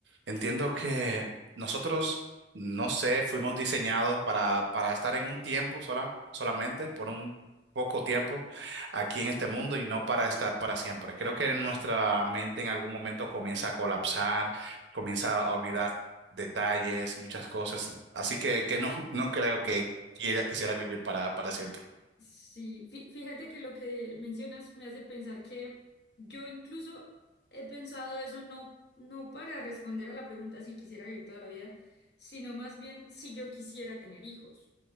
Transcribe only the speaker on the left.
Sí, fí- fíjate que lo que mencionas me hace pensar que yo incluso he pensado eso no, no para responder a la pregunta si quisiera vivir toda la vida, sino más bien si yo quisiera tener hijos.